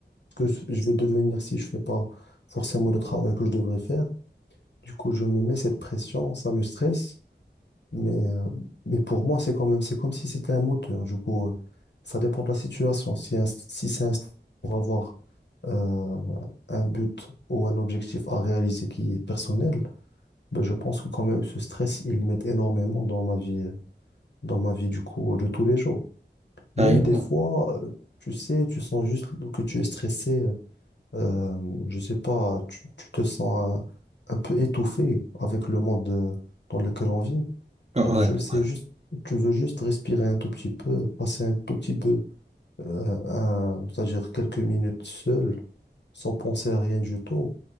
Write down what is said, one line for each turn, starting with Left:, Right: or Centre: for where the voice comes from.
Left: ce que je je vais devenir si je fais pas forcément le travail que je devrais faire. Du coup, je me mets cette pression, ça me stresse, mais, euh, mais pour moi, c'est quand même, c'est comme si c'était un moteur. Du coup, euh, ça dépend de la situation. Si, un- si c'est un stress pour avoir euh, un but ou un objectif à réaliser qui est personnel, Ben, je pense que quand même, ce stress, il m'aide énormément dans ma vie, euh, dans ma vie du coup, de tous les jours.
Right: Carrément.
Left: Mais des fois, euh, tu sais, tu sens juste que tu es stressé. euh, euh, je sais pas, tu, tu te sens un, un peu étouffé avec le monde euh, dans lequel on vit.
Right: Ouais,
Left: Donc, tu sais
Right: ouais.
Left: juste, tu veux juste respirer un tout petit peu, passer un tout petit peu, euh, un- c'est-à-dire quelques minutes seul, sans penser à rien du tout.